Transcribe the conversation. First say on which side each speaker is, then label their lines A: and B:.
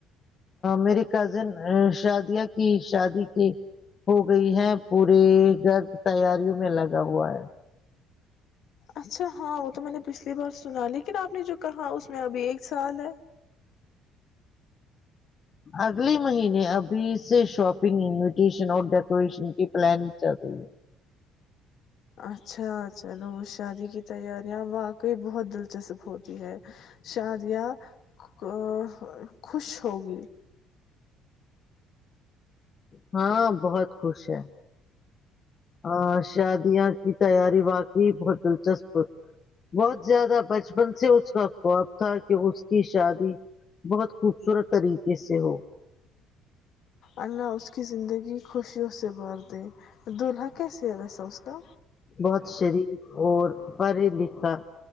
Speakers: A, on the left; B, on the left.
A: میرے کزن شادیا کی شادی کی ہو گئی ہے پورے گرد تیاریوں میں لگا ہوا ہے
B: اچھا ہاں وہ تو میں نے پچھلی بار سنا لیکن آپ نے جو کہا اس میں ابھی ایک سال ہے
A: اگلے مہینے ابھی سے شاپنگ انویٹیشن اور ڈیکوریشن کی پلاننگ چل رہی ہے
B: اچھا چلو شادی کی تیاریاں واقعی بہت دلچسپ ہوتی ہے شادیاں ا خوش ہوگی
A: ہاں بہت خوش ہے ہ شادیاں کی تیاری واقعی بہت دلچسپ بہت زیادہ بچپن سے اس کا خواب تھا کہ اس کی شادی بہت خوبصورت طریقے سے ہو
B: اللہ اس کی زندگی خوشیوں سے بر دے دولہا کیسے ہے ویسا اس کا
A: بہت شریک اور پڑھھی لکھ کر